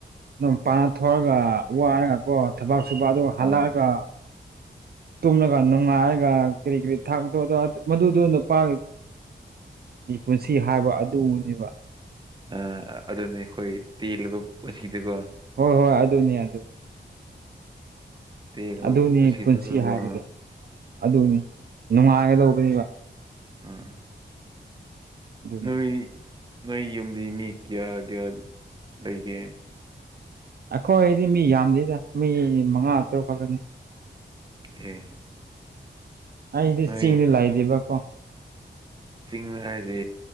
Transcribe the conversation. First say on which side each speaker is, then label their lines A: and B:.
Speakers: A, on the right; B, on the right.
A: ꯅꯨꯄꯥ ꯊꯣꯛꯑꯒ ꯑꯗꯨꯝ ꯄꯥꯟꯅ ꯊꯔꯒ ꯋꯥꯔꯒ ꯀꯣ ꯊꯕꯛ ꯁꯨꯕ ꯑꯗꯨ ꯍꯜꯂꯛꯑꯒ
B: ꯑꯥ
A: ꯇꯨꯝꯂꯒ ꯅꯨꯡꯉꯥꯏꯔꯒ ꯀꯔꯤ ꯀꯔꯤ ꯊꯥꯛꯇꯣ ꯃꯗꯨꯗ ꯅꯨꯄꯥꯒꯤ ꯒꯤ ꯄꯨꯟꯁꯤ ꯍꯥꯏꯕ ꯑꯗꯨꯅꯦꯕ
B: ꯑꯥ ꯑꯗꯨꯅꯦ ꯑꯩꯈꯣꯏ ꯇꯦꯜꯂꯕ ꯄꯨꯟꯁꯤꯗꯒꯣ
A: ꯍꯣꯏ ꯍꯣꯏ ꯑꯗꯨꯅꯤ ꯑꯗꯨꯅꯤ
B: ꯇꯦꯜꯂꯕ
A: ꯑꯗꯨꯅꯤ
B: ꯄꯨꯟꯁꯤꯗꯨꯕꯨ
A: ꯄꯨꯟꯁꯤ ꯍꯥꯏꯕꯗ
B: ꯑꯥ
A: ꯑꯗꯨꯅꯤ ꯅꯨꯡꯉꯥꯏꯒꯗꯧꯕꯅꯦꯕ
B: ꯑꯥ
A: ꯑꯗꯨꯅꯤ
B: ꯅꯣꯏ ꯅꯣꯏ ꯌꯨꯝꯗꯤ ꯃꯤ ꯀ꯭ꯌꯥ ꯀ꯭ꯌꯥ ꯂꯩꯒꯦ
A: ꯑꯩꯈꯣꯏꯗꯤ ꯃꯤ ꯌꯥꯝꯗꯦꯗ ꯃꯤ ꯃꯉꯥ ꯇꯔꯨꯛ ꯈꯛꯒꯅꯤ
B: ꯑꯦ
A: ꯑꯩꯗꯤ
B: ꯅꯣꯏ
A: ꯆꯤꯡꯗꯤ ꯂꯩꯥꯛꯗꯦꯕꯀꯣ
B: ꯆꯤꯡꯉꯨ ꯍꯥꯏꯁ